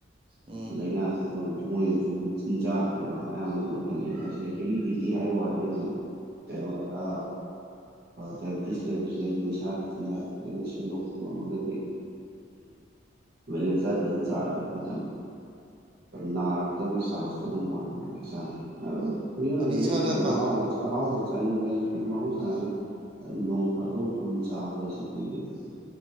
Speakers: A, on the right (about 30°); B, on the right (about 55°).
A: ꯎꯝ
B: ꯂꯥꯏꯅꯥꯁꯤ ꯑꯗꯨꯝ ꯃꯣꯏꯗꯗꯤ ꯑꯗꯨꯝ ꯆꯤꯟꯖꯥꯛꯅ ꯑꯌꯥꯝꯕ ꯑꯗꯨꯝ ꯑꯣꯏꯍꯜꯂꯦꯅꯁꯦ ꯍꯦꯂꯤꯗꯤꯇꯤ ꯍꯥꯏꯕ ꯋꯥꯅꯤ ꯑꯗꯨꯝ ꯇꯅꯣ ꯑ ꯗꯥꯏꯕꯤꯦꯇꯤꯁ ꯂꯩꯕꯁꯦ ꯑꯗꯨꯝ ꯏꯁꯥꯅ ꯆꯤꯟꯖꯥꯛ ꯐꯖꯪꯅ ꯁꯦꯝꯗꯣꯛꯄ ꯉꯝꯃꯒꯗꯤ ꯂꯦꯟꯁꯔ ꯆꯔꯗꯝ ꯅꯥꯔꯛꯇꯕꯒꯤ ꯆꯥꯟꯁꯇꯣ ꯑꯗꯨꯝ ꯋꯥꯠꯂꯤꯗꯅꯤ ꯏꯁꯥꯅ ꯑꯗꯨꯝ ꯃꯤꯑꯣꯏꯕꯅꯤ
A: ꯃꯥꯅꯦ ꯏꯁꯥꯅ
B: ꯑꯗꯨꯝ
A: ꯀ
B: ꯑꯍꯥꯎꯕ ꯑꯍꯥꯎꯕ ꯆꯥꯅꯤꯡꯕ ꯍꯥꯏꯁꯨꯗꯤꯤ ꯃꯍꯧꯁꯥꯅꯤ
A: ꯃꯥꯅꯦ
B: ꯑꯗꯨ ꯅꯣꯡ ꯐꯥꯗꯣꯛ ꯑꯗꯨꯝ ꯆꯥꯕ ꯍꯥꯏꯁꯤꯗꯤ ꯑꯗꯨꯝ